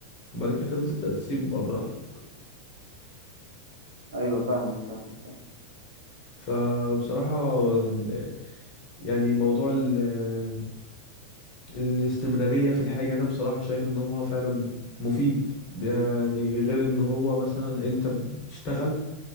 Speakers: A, on the left; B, on the right.
A: وبعد كده تبدأ تسيب بقى براحتك
B: ايوه فاهمك فاهمك فاهم
A: فبصراحة ال- يعني موضوع ال- الاستمرارية في الحاجة ده بصراحة شايف ان هو فعلا مفيد يعني غير ان هو مثلا انت بتشتغل